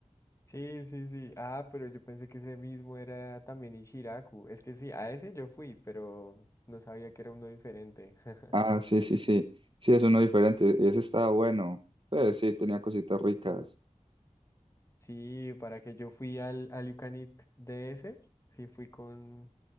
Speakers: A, on the left; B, on the right.
A: Sí, sí, sí. Ah, pero yo pensé que ese mismo era también Ishiraku. Es que sí, a ese yo fui, pero no sabía que era uno diferente. <laughs>
B: Ah, sí, sí, sí. Sí, es uno diferente. y Ese estaba bueno. Pues sí, tenía
A: Sí,
B: cositas ricas.
A: Sí, para que yo fui al, al You Can Eat de ese, sí fui con,